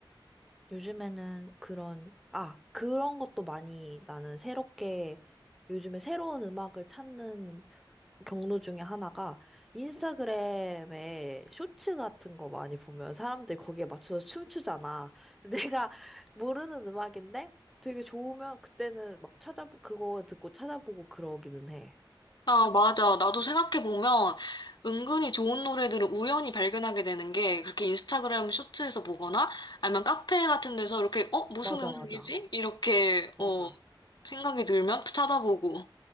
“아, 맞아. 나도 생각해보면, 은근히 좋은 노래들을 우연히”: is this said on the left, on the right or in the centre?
Left